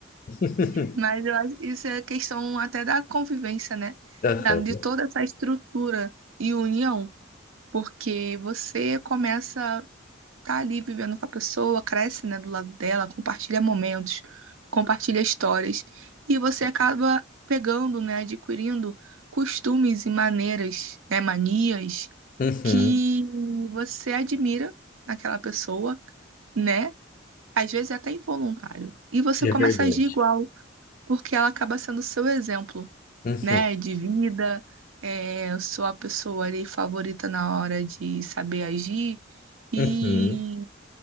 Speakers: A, on the left; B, on the right.
A: <laughs>
B: Mas eu acho que isso é questão até da convivência, né?
A: Aham.
B: Da, de toda essa estrutura e união. Porque você começa tá ali vivendo com a pessoa, cresce, né, do lado dela, compartilha momentos, compartilha histórias, e você acaba pegando, né, adquirindo costumes e maneiras, né, manias
A: Uhum.
B: que você admira naquela pessoa, né? Às vezes é até involuntário. E você
A: É
B: começa
A: verdade.
B: a agir igual, porque ela acaba sendo o seu exemplo,
A: Uhum.
B: né, de vida. É, eu sou a pessoa ali favorita na hora de saber agir e
A: Uhum.